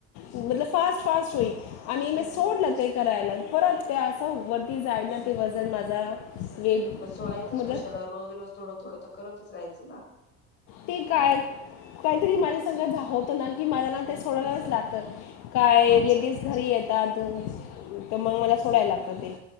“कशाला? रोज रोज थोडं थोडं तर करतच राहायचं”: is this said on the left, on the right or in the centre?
Left